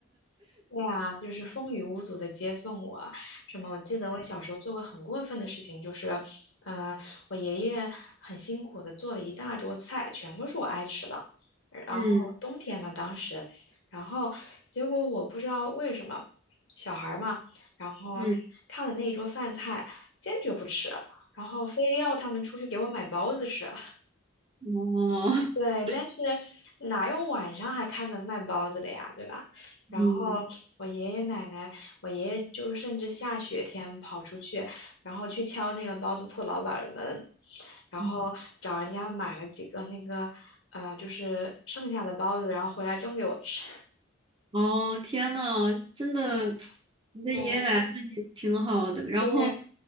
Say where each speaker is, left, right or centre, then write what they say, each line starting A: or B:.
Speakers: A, on the left; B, on the right.
A: 对啊，就是风雨无阻的接送我。什么？我记得我小时候做过很过分的事情，就是，呃，我爷爷很辛苦的做了一大桌子菜，全都是我爱吃的。然后冬天嘛，
B: 嗯
A: 当时，然后结果我不知道为什么，小孩儿嘛，然后看了那一桌饭菜，
B: 嗯，
A: 坚决不吃，然后非要他们出去给我买包子吃。
B: 哦，
A: 对，
B: <laughs>
A: 但是哪有晚上还开门卖包子的呀，对吧？然后我爷爷奶奶，
B: 嗯，
A: 我爷爷就是甚至下雪天跑出去，然后去敲那个包子铺老板儿的门，然后找人家买了几个那个，
B: 嗯
A: 呃，就是剩下的包子，然后回来蒸给我吃。
B: 哦，天呐，真的，
A: 对 <laughs>
B: 你的爷爷奶奶对你挺好的。
A: 对
B: 然后
A: 对，